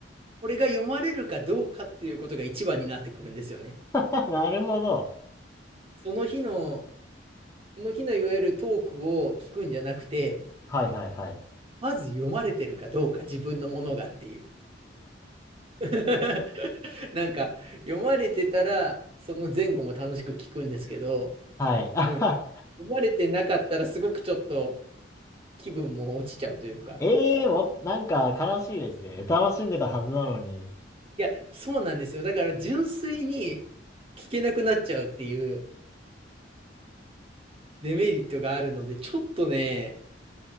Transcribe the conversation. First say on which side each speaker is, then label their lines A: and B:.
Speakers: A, on the right; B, on the left.
A: これが読まれるかどうかっていうことが一番になってくるんですよね。
B: <laughs> なるほど。
A: その日の、その日のいわゆるトークを聞くんじゃなくて、
B: はいはいはい。
A: まず読まれてるかどうか自分のものがっていう。<laughs> なんか、読まれてたら、その前後も楽しく聞くんですけど、
B: はい。<laughs> あは
A: もう、読まれてなかったらすごくちょっと気分も落ちちゃうというか。
B: ええー、も、なんか悲しいですね。楽しんでたはずなのに。
A: いや、そうなんですよ。だから純粋に聞けなくなっちゃうっていうデメリットがあるので、ちょっとね、